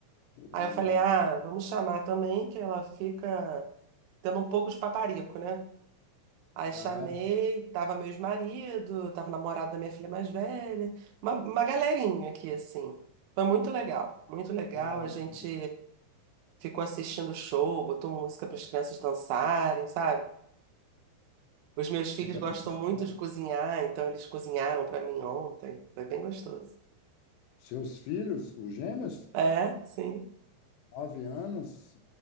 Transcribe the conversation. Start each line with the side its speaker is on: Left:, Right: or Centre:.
Left: Ah,
Right: Aí eu falei, ah, vamos chamar também, que ela fica tendo um pouco de paparico, né? Aí chamei,
Left: ah,
Right: tava meu ex-marido, tava o namorado da minha filha mais velha, uma, uma galerinha aqui, assim. Foi muito legal, muito legal.
Left: ah,
Right: A gente ficou assistindo o show, botou música para as crianças dançarem, sabe? Os meus filhos
Left: muita
Right: gostam
Left: confusão.
Right: muito de cozinhar, então eles cozinharam para mim ontem. Foi bem gostoso.
Left: Seus filhos, os gêmeos,
Right: É, sim,
Left: nove anos,